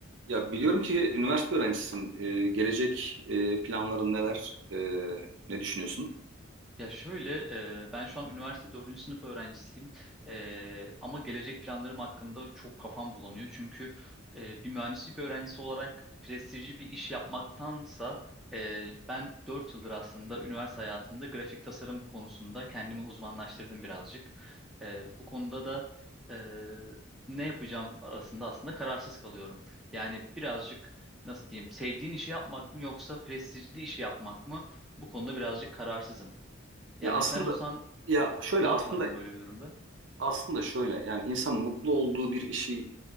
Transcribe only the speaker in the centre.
Ya şöyle, e, ben şu an üniversite dördüncü sınıf öğrencisiyim. E, ama gelecek planlarım hakkında çok kafam bulanıyor. Çünkü e, bir mühendislik öğrencisi olarak prestijli bir iş yapmaktansa e, ben 4 yıldır aslında üniversite hayatımda grafik tasarım konusunda kendimi uzmanlaştırdım birazcık. E, bu konuda da e, ne yapacağım arasında aslında kararsız kalıyorum. Yani birazcık nasıl diyeyim, sevdiğin işi yapmak mı yoksa prestijli işi yapmak mı? Bu konuda birazcık kararsızım.
Yani
sen olsan
ne
yapardın böyle bir durumda?